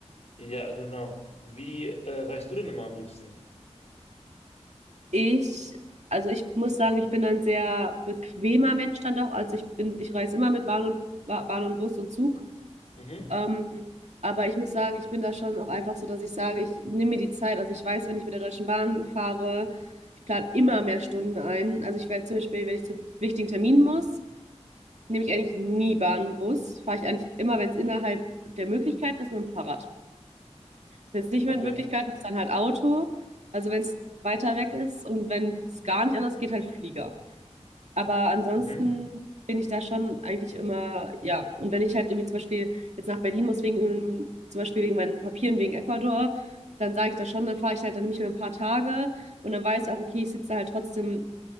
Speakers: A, on the left; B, on the right.
A: Ja, genau. Wie äh, reist du denn immer am liebsten?
B: Ich, also ich muss sagen, ich bin ein sehr bequemer Mensch dann doch. Also ich bin, ich reise immer mit Bahn und Ba- Bahn und Bus und Zug.
A: Mhm.
B: Ähm, aber ich muss sagen, ich bin da schon auch einfach so, dass ich sage, ich nehme mir die Zeit. Also ich weiß, wenn ich mit der Deutschen Bahn fahre, ich plane immer mehr Stunden ein. Also ich werde zum Beispiel, wenn ich zu wichtigen Terminen muss, nehme ich eigentlich nie Bahn und Bus. Fahre ich eigentlich immer, wenn es innerhalb der Möglichkeiten ist, mit dem Fahrrad. Wenn es nicht
A: Okay.
B: mit Möglichkeiten ist, dann halt Auto. Also wenn es weiter weg ist und wenn es gar nicht anders geht, halt Flieger. Aber ansonsten
A: Mhm.
B: bin ich da schon eigentlich immer, ja. Und wenn ich halt irgendwie zum Beispiel jetzt nach Berlin muss, wegen, ähm, zum Beispiel wegen meinen Papieren, wegen Ecuador, dann sage ich das schon, dann fahre ich halt, dann nehme ich mir ein paar Tage und dann weiß auch, okay, ich sitze halt trotzdem